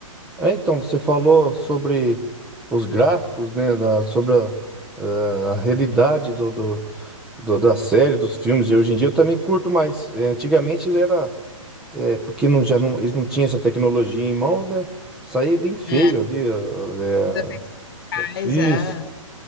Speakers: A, in the centre; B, on the left (about 40°).
A: Ah, Então, você falou sobre os gráficos, né? da- Sobre a, a realidade do, do- do- da série, dos filmes, e hoje em dia eu também curto mais. É, antigamente era, é, porque não, já não, eles não tinham essa tecnologia em mãos, né? Saía bem feio
B: É.
A: ali. ó, é,
B: Os Ancestais,
A: isso.
B: é.